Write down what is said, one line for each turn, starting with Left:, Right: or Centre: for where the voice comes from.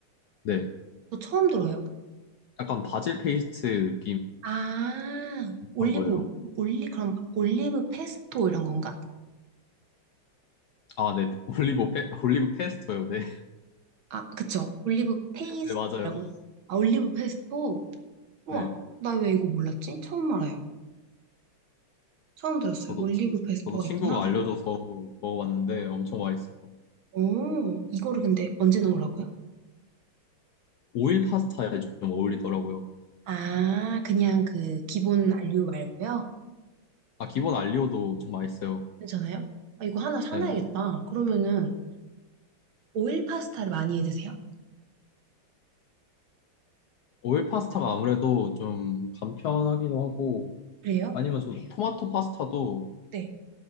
Left: 네.
Right: 저 처음 들어요.
Left: 약간 바질 페이스트
Right: 아,
Left: 비슷한
Right: 올리브,
Left: 거예요.
Right: 올리, 그럼 올리브 페스토 이런 건가?
Left: 아, 네. 올리브 페, 올리브 페스토요. 네.
Right: 아, 그쵸. 올리브 페이스토
Left: <laughs> 네, 맞아요.
Right: 말고. 아, 올리브 페스토? 우와,
Left: 네.
Right: 나 왜 이거 몰랐지? 처음 알아요. 처음 들었어요.
Left: 저도
Right: 올리브
Left: 친,
Right: 페스토가
Left: 저도 친구가
Right: 있구나.
Left: 알려줘서 먹어봤는데 엄청 맛있어요.
Right: 오, 이거를 근데 언제 넣으라고요?
Left: 오일 파스타에 좀 어울리더라고요.
Right: 아, 그냥 그 기본 알류 말고요.
Left: 아, 기본 알리오도 엄청 맛있어요.
Right: 괜찮아요? 아, 이거 하나 사놔야겠다.
Left: 네.
Right: 그러면은 오일 파스타를 많이 해 드세요?
Left: 오일 파스타가 아무래도 좀 간편하기도 하고
Right: 그래요?
Left: 아니면 저 토마토 파스타도
Right: 네.